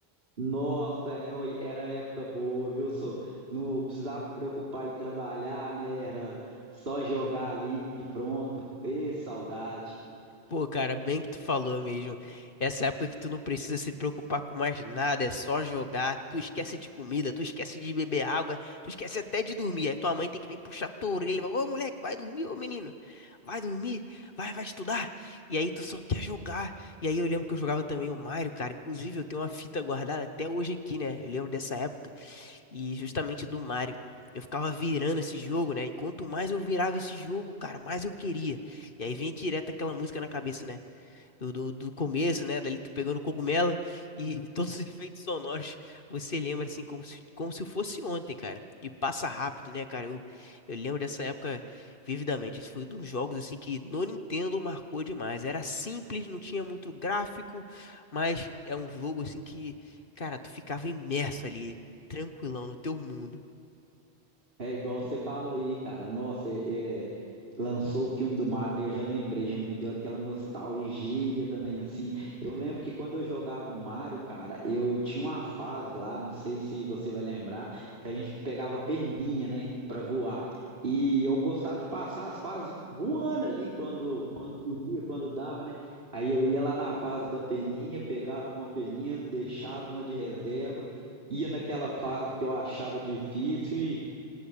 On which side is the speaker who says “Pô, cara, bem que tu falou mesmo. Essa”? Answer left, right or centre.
Left